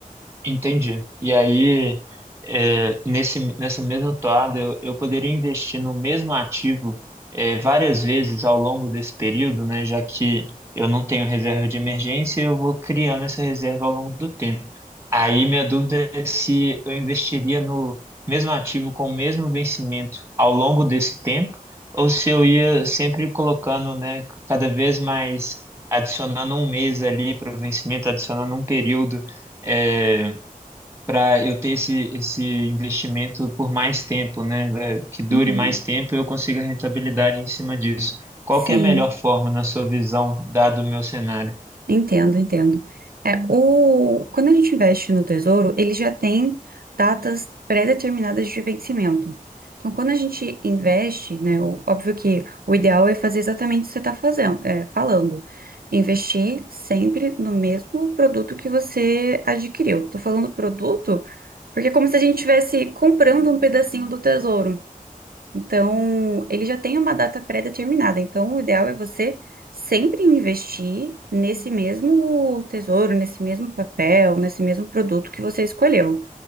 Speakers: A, on the right; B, on the right.
A: Entendi. E aí, é, nesse, nessa mesma toada, eu, eu poderia investir no mesmo ativo, é, várias vezes ao longo desse período, né? Já que eu não tenho reserva de emergência, eu vou criando essa reserva ao longo do tempo. Aí, minha dúvida é se eu investiria no mesmo ativo com o mesmo vencimento ao longo desse tempo, ou se eu ia sempre colocando, né, cada vez mais, adicionando um mês ali para o vencimento, adicionando um período. é, para eu ter esse, esse investimento por mais tempo, né? eh, Que dure
B: Uhum.
A: mais tempo e eu consiga rentabilidade em cima disso. Qual
B: Sim.
A: que é a melhor forma, na sua visão, dado o meu cenário?
B: Entendo, entendo. É, o, quando a gente investe no tesouro, ele já tem datas pré-determinadas de vencimento. Então, quando a gente investe, né, o- óbvio que o ideal é fazer exatamente o que você está fazendo, é, falando. Investir sempre no mesmo produto que você adquiriu. Estou falando produto porque é como se a gente estivesse comprando um pedacinho do tesouro. Então, ele já tem uma data pré-determinada. Então, o ideal é você sempre investir nesse mesmo tesouro, nesse mesmo papel, nesse mesmo produto que você escolheu,